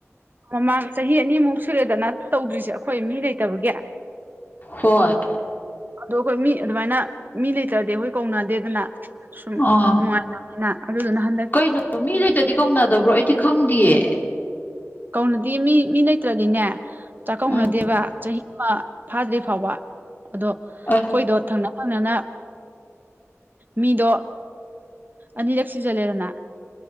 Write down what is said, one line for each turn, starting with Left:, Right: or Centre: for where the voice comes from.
Right: ꯃꯃꯥꯡ ꯆꯍꯤ ꯑꯅꯤꯃꯨꯛ ꯁꯨꯔꯦꯗꯅ ꯇꯧꯗ꯭ꯔꯤꯁꯦ ꯑꯩꯈꯣꯏ ꯃꯤ ꯂꯩꯇꯕꯒꯤ
Left: ꯍꯣꯏ
Right: ꯑꯗꯣ ꯑꯩꯈꯣꯏ ꯃꯤ ꯑꯗꯨꯃꯥꯏꯅ ꯃꯤ ꯂꯩꯇꯔꯗꯤ ꯑꯩꯈꯣꯏ ꯀꯧꯅꯗꯦꯗꯅ ꯁꯨꯝ
Left: ꯑꯥ
Right: ꯅꯨꯡꯉꯥꯏ ꯑꯗꯨ ꯑꯗꯨ ꯅꯅ ꯍꯟ
Left: ꯀꯩꯅꯣ ꯃꯤ ꯂꯩꯇꯗꯤ ꯀꯧꯅꯗꯕ꯭ꯔꯣ ꯑꯩꯗꯤ ꯈꯪꯗꯦꯌꯦ
Right: ꯀꯧꯅꯗꯤ ꯃꯤ ꯃꯤ ꯂꯩꯇ꯭ꯔꯗꯤꯅꯦ ꯆꯥꯛꯀꯧꯅꯗꯦꯕ
Left: ꯎꯝ
Right: ꯆꯍꯤ ꯑꯃ ꯐꯥꯗ꯭ꯔꯤ ꯐꯥꯎꯕ ꯑꯗꯣ ꯑꯩꯈꯣꯏꯗꯣ
Left: ꯑ
Right: ꯊꯪꯅ ꯊꯪꯅꯅ ꯃꯤꯗꯣ ꯑꯅꯤꯔꯛ ꯁꯤꯖꯜꯂꯦꯗꯅ